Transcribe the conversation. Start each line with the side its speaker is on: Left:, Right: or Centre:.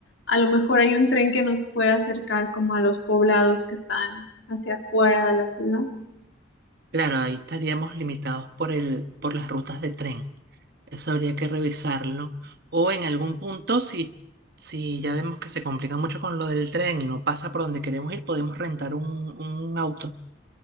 Left: A lo mejor hay un tren que nos puede acercar como a los poblados que están hacia afuera de la ciudad.
Right: Claro, ahí estaríamos limitados por el, por las rutas de tren. Eso habría que revisarlo. O en algún punto, si, si ya vemos que se complica mucho con lo del tren y no pasa por donde queremos ir, podemos rentar un, un auto.